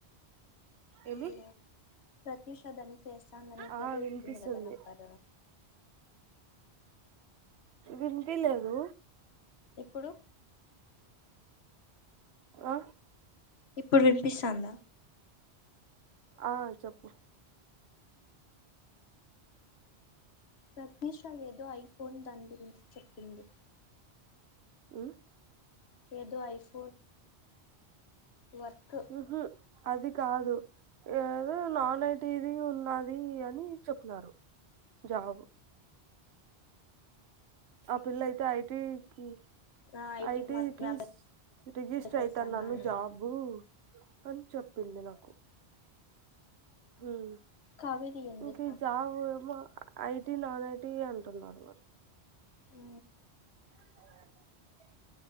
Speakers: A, on the right (about 75°); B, on the left (about 75°).
A: ఏమి
B: హలో ప్రతిష్ కద అని చేస్తాందనిక
A: ఆ
B: ఏదో
A: వినిపిస్తుంది
B: ఇచ్చింది కదా నాప్పారు
A: వినిపీలేదు
B: ఇప్పుడు
A: అ
B: ఇప్పుడు వినిపిస్తాంద
A: ఆ చెప్పు
B: రత్నిష ఏదో ఐఫోన్ దాని గురించి చెప్పింది
A: ఉమ్
B: ఏదొ అయిస్ వర్క్
A: ఊహుఅది కాదు ఏదో నాన్ ఐటీది ఉన్నది అని చెప్న్నారు జాబు ఆ పిల్ల అయితె ఐటి ఉమ్
B: నా ఐటీకి
A: ఐటికి
B: మా నా
A: రిజిస్టర్
B: చేస్తాన్నా
A: అయితన్నాను
B: అండి
A: జాబు అని చెప్పింది నాకు హుమ్
B: కావేరి ఏం
A: ఇంక
B: చేస్తాంది
A: ఈ జాబు ఎమో ఐటీ నాన్ ఐటీ అంటున్నారు మరి
B: ఉ
A: అ